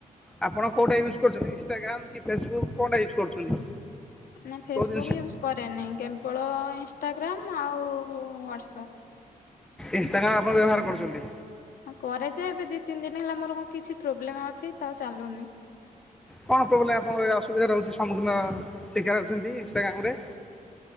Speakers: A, in the centre; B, on the left (about 80°).
A: ଆପଣ କୋଉଟା ୟୁଜ୍ କରୁଛନ୍ତି ଇନଷ୍ଟଟାଗ୍ରାମ୍ କି ଫେସବୁକ୍ କଣଟା ୟୁଜ୍ କରୁଛନ୍ତି?
B: ନାଇଁ ଫେସବୁକ୍
A: କୋଉ ଜିନିଷ
B: ୟୁଜ୍ କରେନି କେବଳ ଇନ୍ ଇନଷ୍ଟାଗ୍ରାମ୍ ଆଉ-ଉ-ଉ ହ୍ବାଟ୍ସଆପ୍।
A: ଇନଷ୍ଟାଗ୍ରାମ୍ ଆପଣ ବ୍ୟବହାର କରୁଛନ୍ତି?
B: ହଁ କରେ ଯେ ଏବେ ଦି ତିନି ଦିନ ହେଲା ମୋର କଣ କିଛି ପ୍ରୋବ୍ଲେମ୍ <inaudible> ଚାଲୁନି।
A: କଣ ପୋବ୍ଲେମ୍ ଆପଣଙ୍କର ଅସୁବିଧା ରହୁଛି ସମ୍ମୁଖୀନ <unintelligible> ଇନଷ୍ଟାଗ୍ରାମରେ?